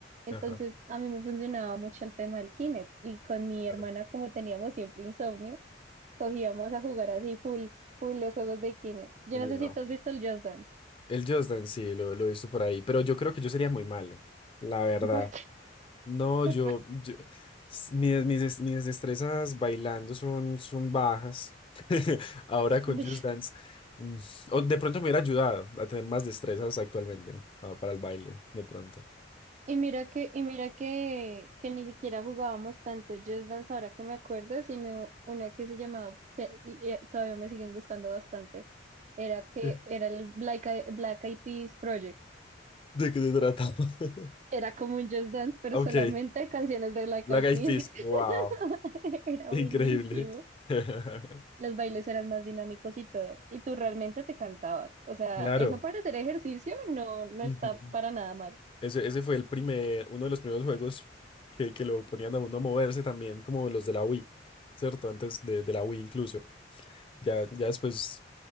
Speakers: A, on the right; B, on the left.
A: entonces
B: Ajá,
A: a mí me funcionaba mucho el tema del Kinect y con mi
B: claro.
A: hermana como teníamos siempre insomnio, cogíamos a jugar así full, full los juegos de Kinect. Yo
B: Wow.
A: no sé si tú has visto el Just Dance,
B: El Just Dance, sí, lo, lo he visto por ahí, pero yo creo que yo sería muy malo, la verdad.
A: porque,
B: No,
A: <laughs>
B: yo, yo- s- mis, mis, des- mis destrezas bailando son, son bajas. <laughs> Ahora con
A: porque
B: Just Dance. mm, O de pronto me hubiera ayudado a tener más destrezas actualmente pa- para, el baile, de pronto.
A: Y mira que, y mira que, que ni siquiera jugábamos tanto Just Dance ahora que me acuerdo, sino una que se llamaba, que- y, y todavía me siguen gustando bastante, era que
B: ¿De
A: era el Black, Eye- Black Eyed Peas Project.
B: de qué se trata? <laughs>
A: Era como un Just Dance, pero
B: Ok,
A: solamente canciones de Black
B: Black
A: Eyed
B: Eyed
A: Peas.
B: Peas.
A: <laughs>
B: Wow,
A: Era
B: increíble.
A: buenísimo.
B: <laughs>
A: Los bailes eran más dinámicos y todo. Y tú realmente te cansabas. O sea,
B: Claro.
A: eso para hacer ejercicio no, no
B: ujú.
A: está para nada mal.
B: Ese, ese fue el primer, uno de los primeros juegos que, que lo ponían a uno a moverse también, como los de la Wii, ¿cierto? Antes de, de la Wii incluso. Ya, ya después,